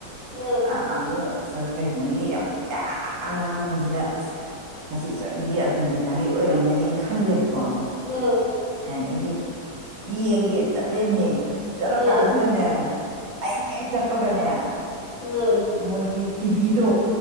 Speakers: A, on the left; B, on the right.
A: ꯎꯝ
B: ꯑ ꯑꯃꯨꯛ ꯑꯁ ꯀꯩꯅꯣꯒꯤ ꯍꯧꯖꯤꯛ ꯌꯥꯝ ꯂꯥꯡꯕꯁꯤꯗ ꯑꯁ ꯃꯁꯤ ꯁꯣꯏꯗꯒꯤ ꯑꯥꯔꯖꯦꯟꯇꯤꯅꯥꯒꯤ ꯑꯣꯏꯔꯝꯒꯅꯤ ꯈꯜꯂꯦꯕ ꯀꯣ
A: ꯎꯝ
B: ꯑꯗꯩꯗꯤ ꯌꯦꯡꯒꯦ ꯆꯠꯂꯦꯅꯦ ꯍꯦ
A: ꯎꯝ
B: ꯀꯥꯟꯁꯤꯗꯅꯦ ꯑꯩꯅ ꯍꯦꯛ ꯆꯠ ꯄꯒꯅꯦ
A: ꯎꯝ ꯎꯝ
B: ꯃꯣꯏꯒꯤ ꯇꯤꯚꯤꯗꯣ